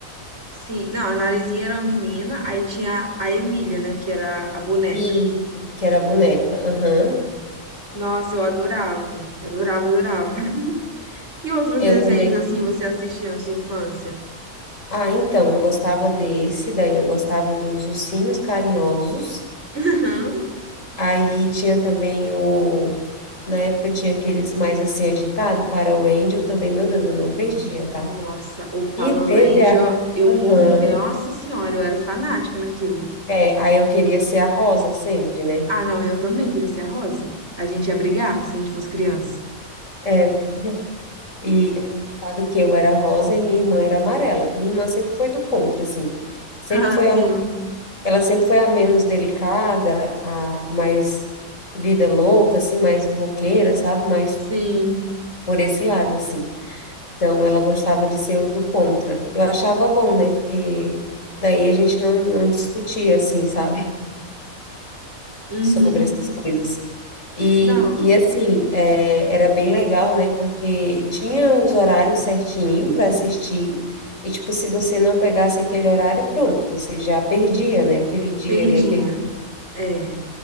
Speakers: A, on the right; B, on the left.
A: Sim. Não, a Narizinha era uma menina, aí tinha a Emília, né, que era a boneca.
B: E que era a boneca. Aham.
A: Nossa, eu adorava, adorava, adorava. <laughs> Que outros
B: Eu
A: desenhos
B: também.
A: assim você assistia na sua infância?
B: Ah, então, eu gostava desse, daí eu gostava dos ursinhos carinhosos.
A: <laughs> Aham.
B: Aí tinha também o. Na época tinha aqueles mais assim agitados para o Angel também, meu Deus, eu não perdia, tá?
A: Nossa, o Power
B: E teve
A: Ranger,
B: a.
A: eu
B: Aham.
A: morri. Nossa senhora, eu era fanática naquilo.
B: É, aí eu queria ser a Rosa sempre, né?
A: Ah, não, eu também queria ser a Rosa. A gente ia brigar se a gente fosse criança.
B: É, E é engraçado que eu era rosa e minha irmã era amarela. Minha irmã sempre foi do contra, assim. Sempre
A: Ah,
B: foi a,
A: sim,
B: ela sempre foi a menos delicada, a mais vida louca, assim, mais roqueira, sabe? Mais
A: sim.
B: por esse lado, assim. Então, ela gostava de ser o do contra. Eu achava bom, né? Porque daí a gente não, não discutia, assim, sabe? <laughs>
A: Uhum.
B: Sobre essas coisas. E,
A: Não,
B: e assim, é, era bem legal, né? Porque tinha os horários certinho para assistir, e tipo, se você não pegasse aquele horário, pronto, você já perdia, né? Aquele dia
A: perdia.
B: ali, aquele.
A: É.